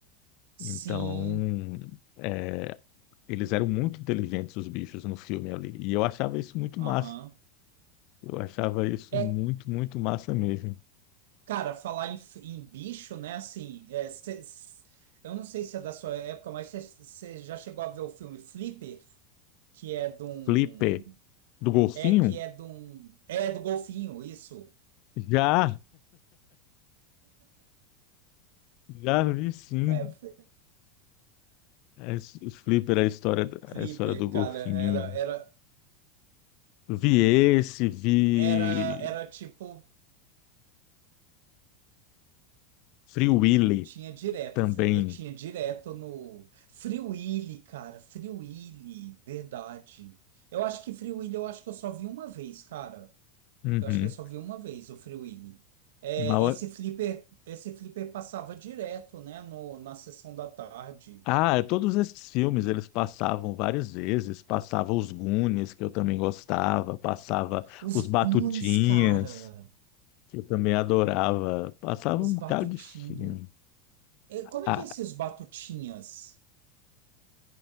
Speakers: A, on the left (about 55°); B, on the right (about 75°).
A: Então
B: Sim.
A: é, eles eram muito inteligentes, os bichos, no filme ali. E eu achava isso muito
B: Aham.
A: massa. Eu achava isso
B: É,
A: muito, muito massa mesmo.
B: cara, falar em, em bicho, né? Assim, é, cê- s- eu não sei se é da sua época, mas você já chegou a ver o filme Flipper, que é de um.
A: Flipper, do golfinho?
B: É que é de um. É do golfinho, isso.
A: Já, já vi sim.
B: É, F-
A: É, os Flipper, é a história,
B: Flipper,
A: é a história do golfinho.
B: cara, era, era,
A: Vi esse, vi
B: era, era tipo.
A: Free Willy
B: Tinha direto,
A: também.
B: o Flipper tinha direto no. Free Willy, cara, Free Willy, verdade. Eu acho que Free Willy eu acho que eu só vi uma vez, cara.
A: Uhum.
B: Eu acho que eu só vi uma vez o Free Willy. É,
A: Mal-
B: esse Flipper, esse Flipper passava direto, né, no, na sessão da tarde.
A: Ah, é todos esses filmes eles passavam várias vezes. Passava os Goonies, que eu também gostava. Passava
B: Os
A: os Batutinhas,
B: Goonies, cara,
A: que eu também adorava. Passava
B: os
A: um bocado
B: Batutinha.
A: de filme.
B: É, Como
A: Ah,
B: é que é esses Batutinhas?